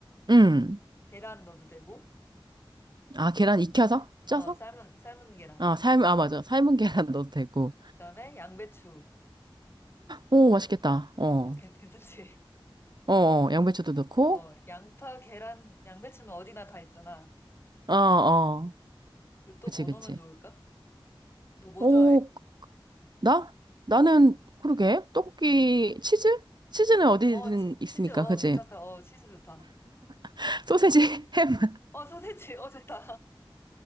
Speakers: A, on the right; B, on the left.
A: 음.
B: 계란 넣어도 되고
A: 아, 계란 익혀서? 쪄서?
B: 어 삶은 삶은 계란
A: 아, 삶, 아, 맞아. 삶은 <laughs> 계란 넣어도 되고.
B: 그다음에 양배추
A: 오, 맛있겠다. 어,
B: 어 괜- 괜찮지?
A: 어, 어, 양배추도 넣고.
B: 어 양파 계란 양배추는 어디나 다 있잖아.
A: 어, 어.
B: 그리고 또
A: 그치,
B: 뭐
A: 그치.
B: 넣으면 좋을까? 너 뭐
A: 오,
B: 좋아해?
A: 나? 나는, 그러게. 떡볶이, 치즈? 치즈는 어디든
B: 어, 치,
A: 있으니까,
B: 치즈, 어,
A: 그치?
B: 괜찮다. 어, 치즈 좋다.
A: <laughs> 소세지, <laughs> 햄
B: 어, 소세지, 어, 좋다.